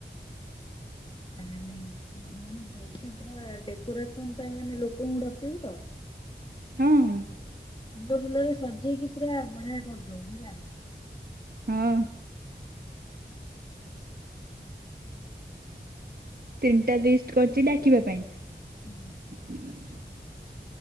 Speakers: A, on the left (about 30°); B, on the right (about 55°).
A: ମାନେ ଭଲସେ ପୁରା ଡ଼େକୋରେସନ ପାଇଁ ମାନେ ଲୋକଙ୍କୁ ଡକେଇବୁ ତ?
B: ହଁ ହଁ
A: ଫୁଲ ଫୁଲରେ ସଜେଇକି ପୁରା ବଢ଼ିଆ କରିଦବୁ ହେଲା।
B: ହଁ ତିନିଟା ଲିଷ୍ଟ୍ କରିଛି ଡ଼ାକିବା ପାଇଁ।
A: ହୁଁ।
B: <inaudible>